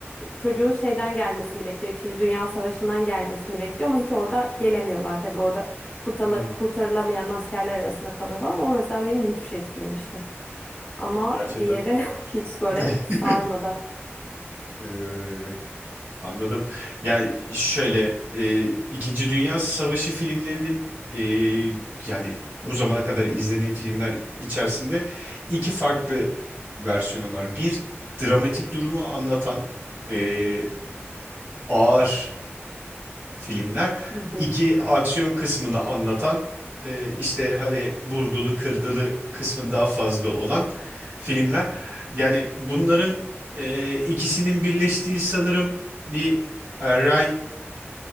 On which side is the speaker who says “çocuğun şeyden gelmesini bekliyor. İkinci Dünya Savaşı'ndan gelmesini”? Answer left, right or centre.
Left